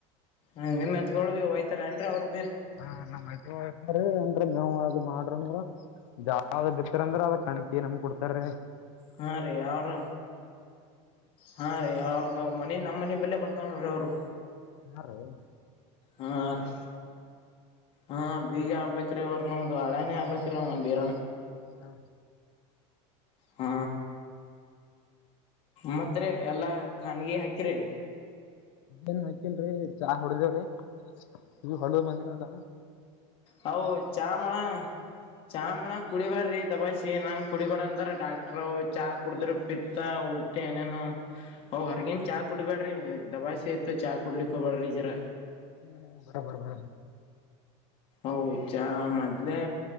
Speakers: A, on the left; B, on the left.
A: ಹ ನಿಮ್ ಎತ್ ಒಯ್ತಾರ ಅನ್ ಅವ್ರು
B: ಹಾ ನಮ್ಮ್ತ್ ಏನ್ರಿ ನಾವ್ ಮಾಡ್ರ ಅಂದ್ರ ಜಾವ ಬಿತ್ತರಿಂದ್ರ ಅದ ಕಣಕಿ ನಮ್ ಕೊಡ್ತಾರೀ
A: ಹಾ ರೀ ಯಾವರು ಹಾ ರೀ ಅವ್ರದ ಮನಿ ನಮ್ಮನಿ ಬೆಲ್ಲ ಬ ಮಾತ್ರಿ ಅವರು
B: ಯಾ ರೀ
A: ಹಾ ರೀ ಹಾ ಬೀಗ ಆಗ್ಬೇಕ್ರೀ ಅವ್ರ ನ ಅ ಅಳನ ಅಭತ್ತರ ಅ ಬೀರ
B: ಹಾ
A: ಆ ಮತ್ತ ಎಲ್ಲಾ ಖನ್ಗಿ ಹಾಕಿರಿ
B: ಏನ್ ಹಾಕಿಲ್ರಿ ಚಾ ಹೊಡ್ದೇವ್ರಿ ಇ ಹೊಲ ಬಂದಿನಡ
A: ಹೌ ಚ ಮಾಡಳ ಚಾ ಮ್ಣ ಕುಡಿಬಾರ್ರಿ ದಬಸಿ ನಂಗೆ ಕುಡಿಬಾರ ಅಂದ್ರ ಡಾಕ್ಟ್್ರ ಚಾ ಕುಡಿದ್ರ ಪಿತ್ತ ಉಲ್ಟ ಮತ್ತೆ ಏನೇನು ಅವ್ ಹೊರ್ಗೇನ್ ಚಾ ಕುಡ್ಬೇಡ್ರಿ ದಾಬಾಸಿ ಸತ್ತು ಚಾ ಕುಡ್ಲಿಕ್ಕೆಬಳ್ರಿ ಜರಾ
B: ಹೂ ಬರಬರ ಬರ
A: ಅವು ಚಾ ಮೊದ್ಲೇ